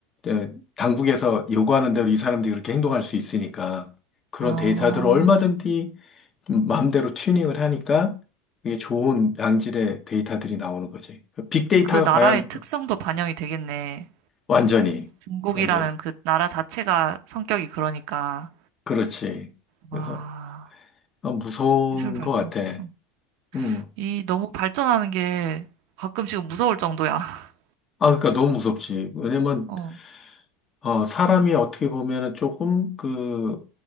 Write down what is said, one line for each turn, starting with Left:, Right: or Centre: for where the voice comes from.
Left: 어, 당국에서 요구하는 대로 이 사람들이 그렇게 행동할 수 있으니까 그런
Right: 어,
Left: 데이터들을 얼마든지 좀 마음대로 튜닝을 하니까 이게 좋은 양질의 데이터들이 나오는 거지. 그 빅데이터가
Right: 그 나라의
Left: 과연
Right: 특성도 반영이 되겠네.
Left: 완전히
Right: 중국이라는
Left: 완전히
Right: 그 나라 자체가 성격이 그러니까.
Left: 그렇지. 그래서
Right: 와.
Left: 어, 무서운
Right: 기술 발전
Left: 것 같아.
Right: 참.
Left: 음.
Right: 이 너무 발전하는 게 가끔씩은 무서울 정도야. <laughs>
Left: 아, 그러니까 너무 무섭지. 왜냐면
Right: 어.
Left: 어, 사람이 어떻게 보면은 조금 그